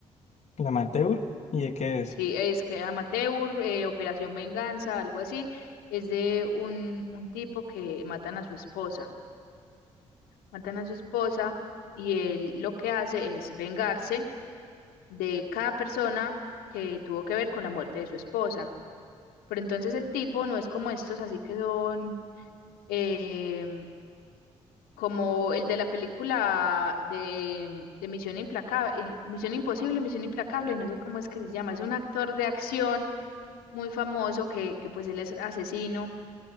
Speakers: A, on the left; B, on the left.
A: la Amateur, ¿y de qué es?
B: Sí, es que Amateur, eh, Operación Venganza, algo así, es de un, un tipo que matan a su esposa. Matan a su esposa y él lo que hace es vengarse de cada persona que tuvo que ver con la muerte de su esposa. Pero entonces el tipo no es como estos, así que son eh, como el de la película de, de Misión Implacable, Misión Imposible, Misión Implacable, no sé cómo es que se llama. Es un actor de acción muy famoso que, que pues él es asesino,